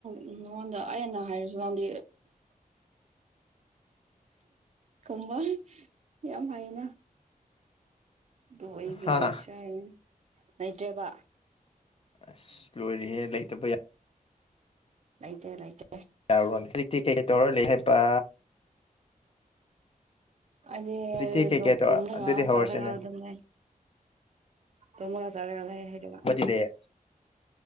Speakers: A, on the right; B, on the left.
A: ꯅꯉꯣꯟꯗ ꯑꯟꯅ ꯍꯥꯏꯔꯁꯨ ꯅꯪꯗꯤ ꯀꯨꯝꯕ ꯌꯥꯝ ꯍꯥꯏꯌꯦꯅ ꯑꯗꯨꯣ ꯑꯩꯒꯤ
B: ꯍꯥꯥ
A: ꯂꯩꯇ꯭ꯔꯦ ꯂꯩꯇ꯭ꯔꯦꯕ
B: ꯑꯁ ꯂꯣꯏꯔꯤꯍꯦ ꯂꯩꯇꯕ ꯌꯥ
A: ꯂꯩꯇꯦ ꯂꯩꯇꯦ
B: ꯌꯥꯔꯣꯅꯦ ꯍꯧꯖꯤꯛꯇꯤ ꯀꯩꯀꯩ ꯇꯧꯔ ꯂꯩ ꯍꯥꯏꯕ
A: ꯑꯗꯨꯗ
B: ꯍꯧꯖꯤꯛꯇꯤ ꯀꯩꯀꯩ ꯇꯧꯔ
A: ꯇꯣꯃ꯭ꯔꯒ
B: ꯑꯗꯨꯗꯤ ꯍꯧꯔꯁꯤꯅꯦ
A: ꯆꯔꯒ ꯑꯗꯨꯣꯃ ꯇꯃꯒ ꯆꯠꯂꯒ ꯂꯩꯦ ꯍꯥꯏꯩꯗꯨꯒ
B: ꯗꯦ